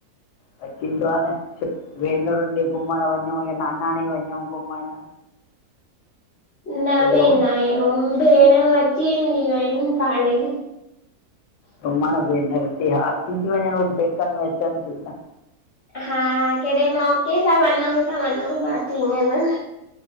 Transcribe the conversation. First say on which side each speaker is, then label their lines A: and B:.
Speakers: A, on the left; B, on the left.
A: भाई थींदो आ न भेनरुनि ॾे घुमण वञूं या नानाणे वञूं घुमण।
B: न
A: ॿियो
B: वेंदा आहियूं भेणयू अची वेंदियूं आहिनि पाण ही।
A: घुमण भेनर हिते हा, अची थी वञ़न पेकनि में अचनि थियूं त।
B: हा कहिड़े मौके सां वञूं त वञूं बाक़ी ईअं न।